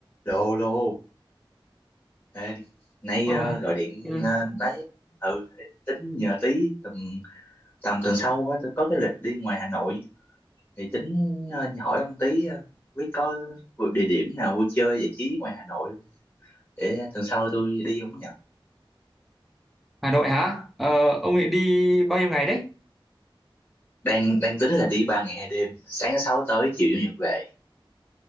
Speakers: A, on the left; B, in the centre.
A: lô lô Ê, nay
B: Ôi,
A: ờ, gọi điện
B: ừ.
A: ờ, đấy ừ tính nhờ tí tuần tầm tuần sau á, tôi có cái lịch đi ngoài Hà Nội thì tính ờ, hỏi ông tí ờ, không biết có vui- địa điểm nào vui chơi giải trí ngoài Hà Nội để tuần sau tôi đi không nhờ
B: Hà Nội hả? Ờ, ông định đi bao nhiêu ngày đấy?
A: đang đang tính là đi ba ngày hai đêm sáng thứ sáu tới chiều chủ nhật về